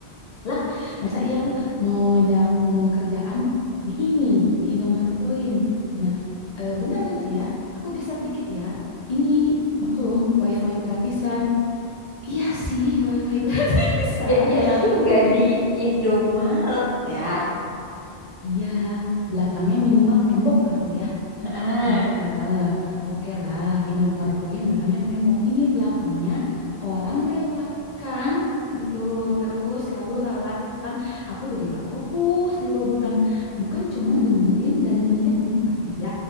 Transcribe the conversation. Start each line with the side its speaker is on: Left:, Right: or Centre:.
Left: Lah, masa iya mau ngajak ngomong kerjaan di ini, di Indomaret Point. Cina, "Eh, bentar-bentar ya, aku geser dikit ya. Ini maklum, wifi gratisan. Iya sih, wifi <laughs> gratisan.
Right: Ya, ya, tapi
Left: Aku
Right: nggak
Left: juga,
Right: di Indomaret ya.
Left: iya, belakangnya minimal tembok atau ya.
Right: Heeh.
Left: Mi- eh, eh, Oke lah, Indomaret poin belakangnya tembok. Ini belakangnya orang lewat kan gitu. Terus lalu lalang, aku jadi gak fokus gitu. Bukan bukan cuman dengerin dan ngeliat muka dia,